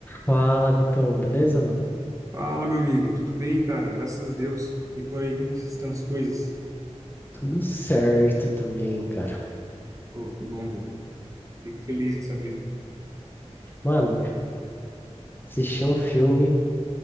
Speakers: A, on the left; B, on the right.
A: Fala, Vitão, beleza, mano?
B: Fala, meu amigo. Tudo bem, cara? Graças a Deus. E por aí, como que estão as coisas?
A: Tudo certo também, cara.
B: Pô, que bom, velho. Fico feliz em saber.
A: Mano, assisti um filme